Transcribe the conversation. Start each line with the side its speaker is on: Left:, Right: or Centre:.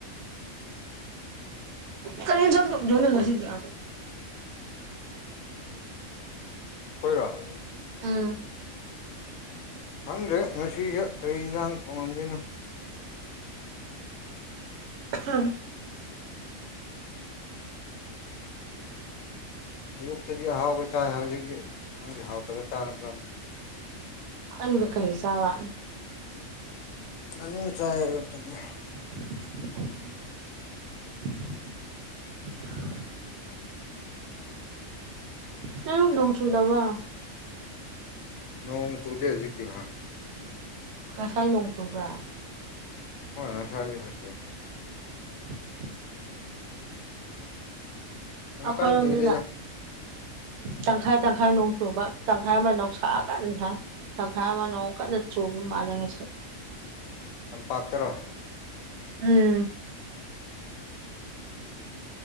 Right: ꯀꯅꯤ ꯁꯖꯅꯁꯤꯗ
Left: ꯈꯣꯏꯔꯣ
Right: ꯑꯥ
Left: ꯈꯪꯗ꯭ꯔꯦ ꯉꯁꯤꯁꯦ ꯀꯔꯤ ꯌꯦꯟꯁꯥꯡ ꯊꯣꯡꯉꯝꯗꯣꯏꯅꯣ
Right: ꯍꯝ
Left: ꯑꯌꯨꯛꯇꯗꯤ ꯑꯍꯥꯎꯕ ꯆꯥꯏ ꯍꯧꯖꯤꯛꯇꯤ ꯈꯪꯗꯤ ꯍꯥꯎꯇꯕꯒ ꯆꯥꯗ꯭ꯔꯅ
Right: ꯑꯒ ꯀꯩꯁꯥꯕ
Left: ꯉꯥꯅꯨ ꯆꯥꯏꯔꯄꯗ
Right: ꯎ ꯀꯝ ꯅꯎ ꯆꯨꯗꯕ
Left: ꯅꯣꯡ ꯆꯨꯖꯦꯖꯤꯇꯍꯥ
Right: ꯉꯁꯥꯏ ꯂꯣꯡꯆ꯭ꯔꯕ꯭ꯔ
Left: ꯍꯣꯏ ꯑꯁꯥ ꯍꯥꯏꯖꯤꯁꯨꯦ
Right: ꯎ
Left: ꯌꯥꯝ
Right: ꯑꯩꯈꯣꯏꯔꯣꯝꯗꯨꯅ
Left: ꯀꯟꯅ ꯆꯨꯗꯦꯗ
Right: ꯇꯪꯈꯥꯏ ꯇꯪꯈꯥꯏ ꯅꯣꯡ ꯆꯨꯕ ꯇꯪꯈꯥꯏ ꯑꯃ ꯅꯅꯨꯡ ꯁꯛꯑꯀꯥꯟ ꯁꯥ ꯇꯪꯈꯥꯏ ꯑꯃꯅꯣꯡ ꯀꯟꯅ ꯆꯨꯕ ꯃꯥꯔꯉꯁꯨꯦ
Left: ꯂꯝꯄꯥꯛꯇꯔꯣ
Right: ꯎꯝ